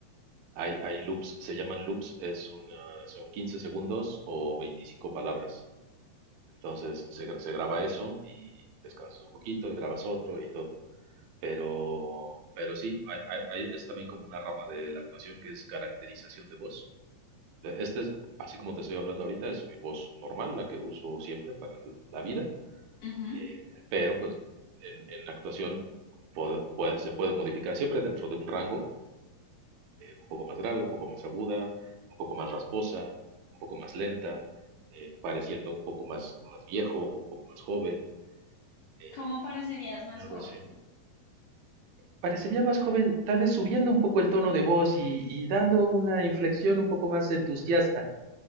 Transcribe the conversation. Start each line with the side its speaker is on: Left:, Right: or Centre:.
Right: hay, hay loops, se llaman loops, es una, son 15 segundos o 25 palabras. Entonces se, gra- se graba eso y descansas un poquito y grabas otro y todo. Pero, pero sí, hay- hay- hay- es también como una rama de la actuación que es caracterización de voz. Eh, Este es, así como te estoy hablando ahorita, es mi voz normal, la que uso siempre para la vida.
Left: Ujú.
Right: eh, pero pues en, en actuación puede- puede- se puede modificar siempre dentro de un rango, un poco más grave, un poco más aguda, un poco más rasposa, un poco más lenta, eh, pareciendo un poco más, más viejo, un poco más joven. eh,
Left: ¿Cómo parecerías más
Right: Algo
Left: joven?
Right: así. Parecería más joven, tal vez subiendo un poco el tono de voz y, y dando una inflexión un poco más entusiasta.